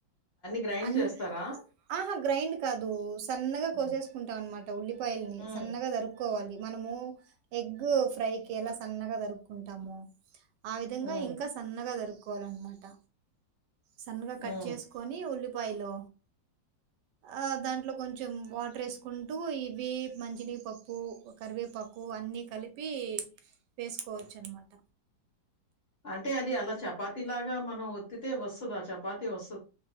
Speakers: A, on the left (about 40°); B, on the right (about 75°).
A: గ్రైండ్
B: అన్ని
A: చేస్తారా?
B: ఆహా గ్రైండ్ కాదు సన్నగా
A: హ్మ్.
B: కోసేసుకుంట అన్నమాట అట్ట ఉల్లిపాయల్ని
A: హ్మ్.
B: సన్నగా దరుగ్ కోవాలి మనము ఎగ్ ఫ్రైకి ఎలా సన్నగా దరుక్కుంటామో ఆ విధంగా
A: హ్మ్.
B: ఇంకా సన్నగా దరుకు కోవాలనమాట సన్నగా
A: హ్మ్.
B: కట్ చేస్ అనీ ఉల్లిపాయలు ఆ దాంట్లో కొంచెం వాటర్ ఏస్కుంటూ ఇవి మంజి నీ కొక్ ప్పు కరివేపాకు అన్ని కలిపి వేసుకోవచ్చు అనమాట
A: అంటే అది అలా చపాతిలాగా మనం ఒత్తితే వస్ త్తద చపాతి వస్